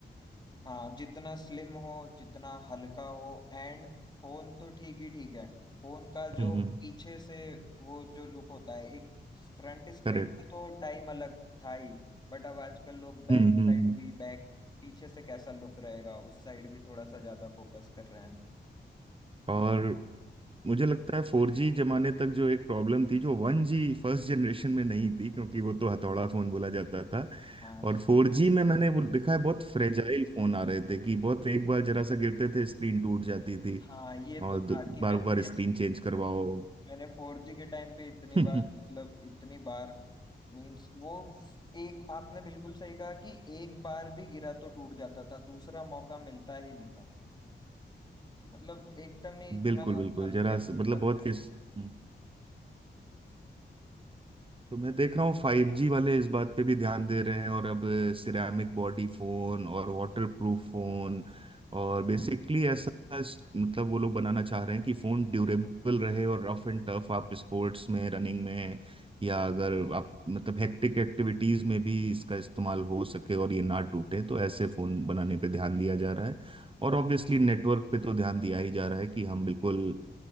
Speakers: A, on the left; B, on the right.
A: हाँ जितना स्लिम हो जितना हल्का हो एंड फोन तो ठीक ही ठीक है फोन का जो
B: हम्म हम्म।
A: पीछे से वो जो लुक होता है एक फ्रंट स्क्रीन
B: करेक्ट
A: का तो टाइम अलग था ही बट अब आजकल लोग बैक
B: हम्म हम्म
A: साइड
B: हम्म।
A: भी बैक पीछे से कैसा लुक रहेगा उस साइड भी थोड़ा सा ज्यादा फोकस कर रहे हैं
B: और मुझे लगता है फोर जी जमाने तक जो एक प्रॉब्लम थी जो वन जी फर्स्ट जनरेशन में नहीं थी क्योंकि वो तो हथौड़ा फोन बोला जाता था
A: हाँ
B: और फोर जी में मैंने वो देखा है बहुत फ्रेजाइल फोन आ रहे थे कि बहुत एक बार जरा सा गिरते थे स्क्रीन टूट जाती थी
A: हाँ ये
B: और
A: तो था कि
B: बार
A: मैंने
B: बार स्क्रीन चेंज करवाओ
A: मैंने फोर जी के टाइम पे इतनी
B: <laughs>
A: बार मतलब इतनी बार मींस वो एक आपने बिल्कुल सही कहा कि एक बार भी गिरा तो टूट जाता था दूसरा मौका मिलता ही नहीं था मतलब एकदम ही इतना
B: बिल्कुल बिल्कुल
A: हल्के
B: जरा
A: फोन
B: सा- मतलब
A: बनता
B: बहुत
A: है
B: किस हम्म। तो मैं देख रहा हूँ फाइव जी वाले इस बात पे भी ध्यान दे रहे हैं और अब सिरेमिक बॉडी फोन और वाटर प्रूफ फोन और बेसिकली ऐसा इस- मतलब वो लोग बनाना चाह रहे हैं कि फोन ड्यूरेबल रहे और रफ एंड टफ आप स्पोर्ट्स में रनिंग में या अगर आप मतलब हेक्टिक एक्टिविटीज में भी इसका इस्तेमाल हो सके और ये ना टूटे तो ऐसे फोन बनाने पे ध्यान दिया जा रहा है और
A: हाँ
B: ऑब्वियसली नेटवर्क पे तो ध्यान दिया ही जा रहा है कि हम बिल्कुल